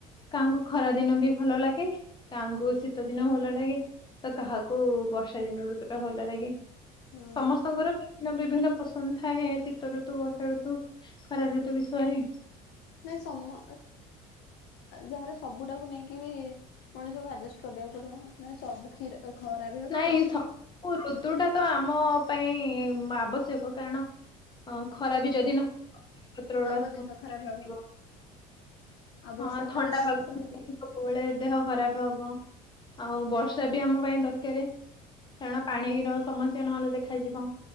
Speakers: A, on the left; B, on the left.
A: କାହାଙ୍କୁ ଖରା ଦିନ ବି ଭଲ ଲାଗେ କାହାଙ୍କୁ ଶୀତ ଦିନ ଭଲ ଲାଗେ। ତ କାହାକୁ ବର୍ଷା ଦିନ ଋତୁ ଟା ଭଲ ଲାଗେ
B: ହୁଁ
A: ସମସ୍ତଙ୍କର ବିଭିନ୍ନ ବିଭିନ୍ନ ପସନ୍ଦ ଥାଏ ଶୀତ ଋତୁ ବର୍ଷା ଋତୁ ଖରା ଋତୁ ବିଷରେ।
B: ନାଇଁ ସମ ଯାହାର ସବୁଟାକୁ ନେଇକି ବି ମଣିସବକୁ ଆଡଜଷ୍ଟ କରିବାକୁ ପଡିବଁ ସବୁୀର ଖରା ବି ହବ
A: ନାଇଁ
B: ବର୍ଷା
A: ସବୁ
B: ବି।
A: ଋତୁ ଟା ତ ଆମ ପାଇଁ ଆବଶ୍ୟକ କାରଣ ହଁ ଖରା ବି ଯଦି ନ ପତ୍ର
B: ନହବ
A: ଗୁଡା ସବୁ
B: ଦେହ ଖରାପ
A: ହେଇଯିବ।
B: ହବ ଆଉ ବର୍ଷା
A: ହଁ ଥଣ୍ଡା
B: ବି ହେବା ଆବଶ୍ୟକ
A: <unintelligible> ସବୁବେଳେ ଦେହ ଖରାପ ହବ ଆଉ ବର୍ଷା ବି ଆମ ପାଇଁ ଦରକାର। କାରଣ ପାଣିର ସମସ୍ୟା ନହେଲେ ଦେଖାଯିବ